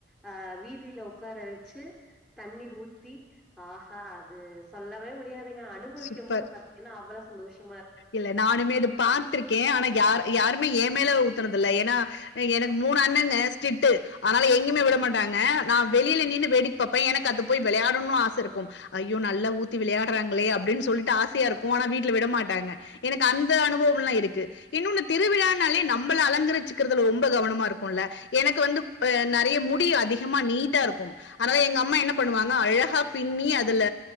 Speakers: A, in the centre; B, on the left (about 75°).
A: அ வீதில ஒக்கார வச்சு தண்ணி ஊத்தி ஆஹா அது சொல்லவே முடியாது ங்க அனுபவிக்
B: சூப்பர்
A: மொத்து பத்தீங்கன்னா அவ்ளோ சந்தோஷம்
B: இல்ல நானுமே அது பாத்ருக்கே ஆனா யார் யாருமே ஏ மேல ஊத்றதுல்ல ஏனா எனக்கு மூனு அண்ணங்க ஸ்டிட்டு அதனால எங்கேயுமே விட மாட்டாங்க நா வெளியில நின்னு வேடிக்கை பார்ப்பே எனக்கு அங்க போய் விளையாடனுன் ஆச இருக்கு ஐயோ நல்லா ஊத்தி விளையாடுறாங்களே அப்டினு சொல்லிட்டு ஆசையா இருக்கு ஆனா வீட்டுல விடமாட் ட்டாங்க எனக்கு அந்த அனுபவோ எல்லாம் இருக்கு இன்னொன்னு திருவிழாானாலே நம்மளை அலங்கரிச்சக்கிறதுல ரொம்ப கவனமா இருக்கும்ல்ல எனக்கு வந்து ப நறைய முடி அதிகமா நீட்டா இருக்கு அதனால எங்க அம்மா என்ன பண்ணுவாங்க அழகா பின்னி அதுல